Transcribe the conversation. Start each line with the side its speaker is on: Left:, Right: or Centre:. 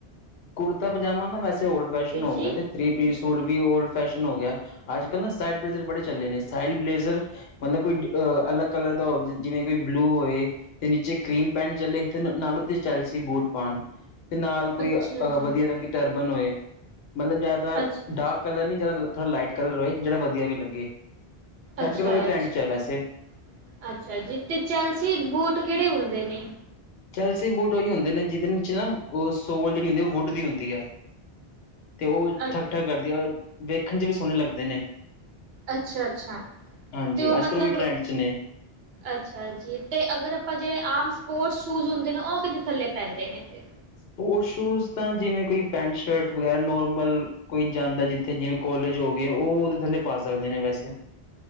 Left: ਕੁੜਤਾ ਪਜਾਮਾ। ਵੈਸੇ ਓਲਡ ਫੈਸ਼ਨ ਹੋ
Right: ਜੀ
Left: ਗਿਆ ਤੇਥ੍ਰੀਪੀ ਸੂਟ ਵੀ ਓਲਡ ਫੈਸ਼ਨ ਹੋ ਗਿਆ ਅੱਜ ਕੱਲ੍ਹ ਨਾ ਸਡ ਬਲੇਜ਼ਰ ਬੜੇ ਚੱਲੇ ਨੇ ਸਾਈਡ ਬਲੇਜ਼ਰ ਮਤਲਬ ਕੋਈ ਅ ਅਲੱਗ ਕਲਰ ਦਾ ਹੋਵੇ ਜਿਵੇਂ ਕੋਈ ਬਲੂ ਹੋਵੇ ਤੇ ਨੀਚੇ ਕਰੀਮ ਪੈਟ ਚੱਲੇ ਤੇ ਨਾਲੋਂ ਚੱਲ ਸੀ ਬੂਟ ਪਾਣ। ਤੇ ਨਾਲ ਕੋਈ।
Right: ਅੱਛਾ
Left: ਅ
Right: ਜੀ
Left: ਵਧੀਆ ਰੰਗੀ ਟਰਬਨ ਹੋਏ। ਮਤਲਬ ਜ਼ਿਆਦਾਤਰ
Right: ਅੱਛਾ ਅੱਛਾ
Left: ਡਾਰਕ ਕਲਰ ਨਹੀਂ ਜ਼ਿਆਦਾ। ਥਾ ਲਾਈਟ ਕਲਰ ਹੋਏ ਜਿਹੜਾ ਵਧੀਆ ਵੀ ਲੱਗੇ। ਤੇ
Right: ਅੱਛਾ-ਅੱਛਾ-ਅੱਛਾ
Left: ਅੱਜ ਕੱਲ੍ਹ ਉਹੀ ਟਰੈਂਡ 'ਚ ਹੈ ਵੈਸੇ
Right: ਜੀ ਤੇ ਚੱਲ ਸੀ ਬੂਟ ਕਿਹੜੇ ਹੁੰਦੇ? ਦੇ ਨੇ।
Left: ਚਲਸੀ ਬੂਟ ਉਹੀ ਹੁੰਦੇ ਨੇ ਜਿਹਦੇ ਵਿੱਚ ਨਾ ਉਹ ਸੋਲ ਜਿਹੜੀ ਹੁੰਦੀ ਵੁੱਡ ਦੀ ਹੁੰਦੀ ਹੈ। ਤੇ ਉਹ
Right: ਅ
Left: ਠੱਕ-ਠੱਕ ਕਰਦੀ ਹੈ। ਵੇਖਣ 'ਚ ਵੀ ਸੋਹਣੇ ਲੱਗਦੇ ਨੇ।
Right: ਅੱਛਾ-ਅੱਛਾ
Left: ਹਾਂਜੀ
Right: ਤੇ ਉਹ ਮਤਲਬ
Left: ਅੱਜ ਕੱਲ੍ਹ ਉਹੀ ਟਰੈਂਡ 'ਚ ਨੇ
Right: ਅੱਛਾ ਜੀ ਤੇ ਅਗਰ ਆਪਾਂ ਜਿਹੜੇ ਆਮ ਸਪੋਰਟਸ ਸ਼ੂਜ ਹੁੰਦੇ ਨੇ ਉਹ ਕਿਤੇ ਥੱਲੇ ਪੈਂਦੇ ਨੇ ਫੇਰ
Left: ਸਪੋਰਟਸ ਸ਼ੂਜ਼ ਤਾਂ ਜਿਵੇਂ ਕੋਈ ਪੈਂਟ ਸ਼ਰਟ ਵਗੈਰਾ ਨੋਰਮਲ ਕੋਈ ਜਾਂਦਾ ਜਿੱਥੇ ਜਿਵੇਂ ਕੋਲਜ ਹੋ ਗਏ ਉਹ ਉਹਦੇ ਥੱਲੇ ਪਾ ਸਕਦੇ ਨੇ ਵੈਸੇ।